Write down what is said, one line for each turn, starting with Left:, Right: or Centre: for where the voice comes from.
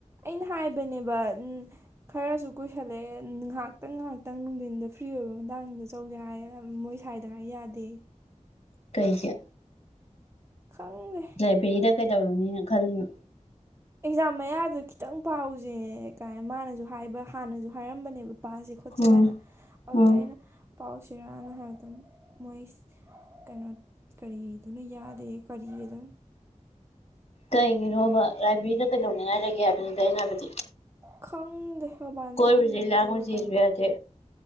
Right: ꯑꯩꯅ ꯍꯥꯏꯕꯅꯦꯕ ꯑꯝ ꯈꯔꯁꯨ ꯀꯨꯏꯁꯜꯂꯛꯑꯦ ꯉꯥꯏꯍꯥꯛꯇꯪ ꯉꯥꯏꯍꯥꯛꯇꯪ ꯅꯨꯡꯊꯤꯟꯗ ꯐ꯭ꯔꯤ ꯑꯣꯏꯕ ꯃꯇꯥꯡꯗ ꯆꯧꯁꯦ ꯍꯥꯏ ꯃꯣꯏ ꯁꯥꯏꯗ ꯍꯥꯏ ꯌꯥꯗꯦ
Left: ꯀꯩꯒꯤ
Right: ꯈꯪꯗꯦ
Left: ꯂꯥꯢꯕꯤꯔꯤꯗ ꯀꯩꯗꯧꯔꯨꯅꯤꯅ ꯈꯜꯂꯤꯅꯣ
Right: ꯑꯦꯛꯖꯥꯝ ꯃꯌꯥꯗ ꯈꯤꯇꯪ ꯄꯥꯎꯖꯦꯀꯥꯏ ꯃꯥꯅꯁꯨ ꯍꯥꯏꯕ ꯍꯥꯟꯅꯖꯨ ꯍꯥꯏꯔꯝꯕꯅꯦꯕ ꯄꯥꯁꯦ ꯈꯣꯠꯁꯦ ꯀꯥꯏꯅ
Left: ꯎꯝ
Right: ꯑꯧꯗ
Left: ꯎꯝ
Right: ꯑꯩꯅ ꯄꯥꯎꯁꯤꯔꯅ ꯍꯥꯏꯕꯗ ꯃꯣꯏꯁ ꯀꯩꯅꯣ ꯀꯔꯤꯗꯨꯨꯅ ꯌꯥꯗꯦꯌꯦ ꯀꯔꯤꯗꯨꯅ
Left: ꯀꯩꯒꯤꯅꯣꯕ ꯂꯥꯏꯕ꯭ꯔꯦꯔꯤꯗ ꯀꯩꯗꯧꯅꯤꯡꯉꯥꯏ ꯂꯩꯒꯦ ꯍꯥꯏꯕꯅꯤꯗ ꯑꯩꯅ ꯍꯥꯏꯕꯗꯤ
Right: ꯈꯪꯗꯦ ꯃꯄꯥꯟ
Left: ꯀꯣꯏꯔꯨꯖꯦ
Right: ꯊꯣꯛꯍꯟꯅꯤꯡꯗ꯭ꯔꯦ
Left: ꯂꯥꯡꯉꯨꯖꯦꯁꯨ
Right: ꯀꯩꯅꯣ
Left: ꯌꯥꯗꯦ